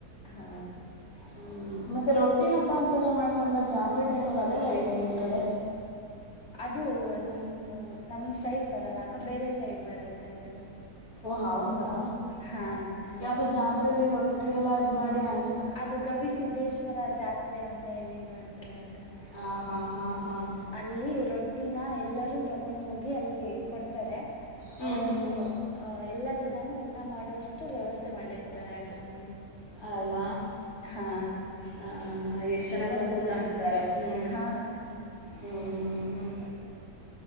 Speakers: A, on the left (about 45°); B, on the left (about 65°).
A: ಹಾ
B: ಹ್ಮ್ ಮತ್ತೆ ರೊ ರೊಟ್ಟಿ ಹಬ್ಬ ಅಂತೆಲ್ಲ ಮಾಡ್ತಾರಲ್ಲ ಜಾತ್ರೆ ಟೈಮಲ್ಲಿ ಅದೇಲ್ಲ ಏನು ನಿಮ್ಮ ಕಡೆ.
A: ಅದು ನಮ್ದು ನಮ ಸೈಡ್ ಬರಲ್ಲ ಅಕ ಬೇರೆ ಸೈಡ್ ಬರತ್ತೆ ಅದು.
B: ಓ ಹೌದಾ
A: ಹಾ ಅಕ್ಕ
B: ಯಾವ್ದೋ ಜಾತ್ರೆಯಲ್ಲಿರೋ. ರೊಟ್ಟಿ ಎಲ್ಲ ಇದ್ ಮಾಡಿ ಹಂಚ್.
A: ಅದು ಗವಿಸಿದ್ದೇಶ್ವರ ಜಾತ್ರೆ ಅಂತ ಹೇಳಿ ಮಾಡ್ತಾರೆ ಅಕ್ಕ.
B: ಹಾಂ ಹಾಂ ಹಾಂ ಹಾಂ
A: ಅಲ್ಲಿ ರೊಟ್ಟಿ. ರೊಟ್ಟಿನ ಎಲ್ಲರೂ ತಗೊಂಡ್ ಹೋಗಿ ಅಲ್ಲಿ ಕೊಡ್ತಾರೆ.
B: ಹ್ಞೂ
A: ಅವತ್ತು
B: ಹ್ಞೂ
A: ಅ ಎಲ್ಲ. ಜನನು ಊಟ ಮಾಡೋಷ್ಟು ವ್ಯವಸ್ಥೆ ಮಾಡಿರ್ತಾರೆ ಯಾಕ ಅಲ್ಲಿ.
B: ಅಲ್ಲ
A: ಹಾ ಅಕ್ಕ
B: ಹ ಹಾ ಎಷ್ಟು ಜನಕ್
A: ತುಂಬಾ
B: ಬಂದರೂ
A: ಚೆನ್ನಾಗಿರತ್ತೆ
B: ಊಟ ಹಾಕ್ತಾರೆ ಹ್ಞ.
A: ಹಾ ಅಕ್ಕ
B: ಹ್ಮ್ ಹ್ಮ ಹ್ಮ್.